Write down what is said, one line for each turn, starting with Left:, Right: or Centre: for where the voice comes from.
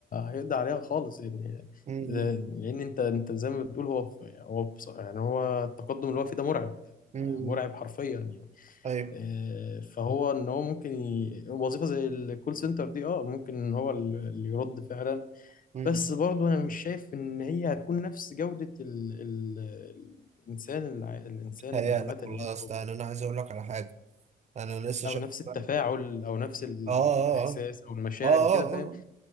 Left: هيقضي عليها خالص يعني
Right: امم
Left: لان انت انت زي ما بتقول هو هو بص- يعني هو التقدم اللي هو فيه ده مرعب
Right: امم
Left: مرعب حرفيا يعني
Right: ايوه
Left: آه، فهو ان هو ممكن ي... وظيفة زي الكول سنتر دي اه ممكن ان هو اللي يرد فعلا
Right: امم
Left: بس برضه انا مش شايف ان هي هتكون نفس جودة ال ال الانسان الع- الانسان
Right: هيالك
Left: عامة
Right: والله
Left: يعني
Right: يا اسطى
Left: او
Right: يعني انا عايز اقول لك على حاجه انا لسه
Left: او
Right: شايف
Left: نفس التفاعل
Right: اه
Left: او نفس الاحساس
Right: اه اه
Left: او المشاعر
Right: اه
Left: وكده فاهم
Right: اه آه.